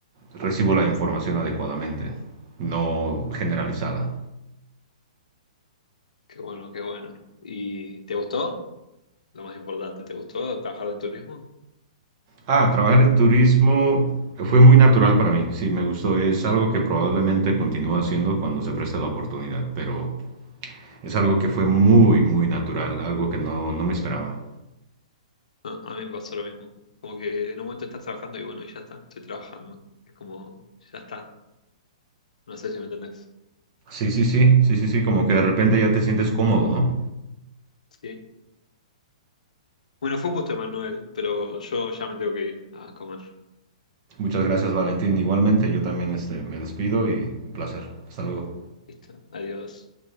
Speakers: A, on the right; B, on the left.
A: recibo la información adecuadamente, no generalizada.
B: Qué bueno, qué bueno. ¿Y te gustó? Lo más importante, ¿te gustó trabajar en turismo?
A: Ah, trabajar en turismo fue muy natural para mí, sí, me gustó, es algo que probablemente continúe haciendo cuando se presta la oportunidad, pero es algo que fue muy, muy natural, algo que no, no me esperaba.
B: A, a mí me pasó lo mismo. Como que en un momento estás trabajando y bueno, y ya está, estoy trabajando. Es como, ya está. No sé si me entendés.
A: Sí, sí, sí, sí, sí, sí, como que de repente ya te sientes cómodo, ¿no?
B: Sí. Bueno, fue un gusto, Manuel, pero yo ya me tengo que ir a comer.
A: Muchas gracias, Valentín. Igualmente, yo también este, me despido y un placer. Hasta luego.
B: Listo. Adiós.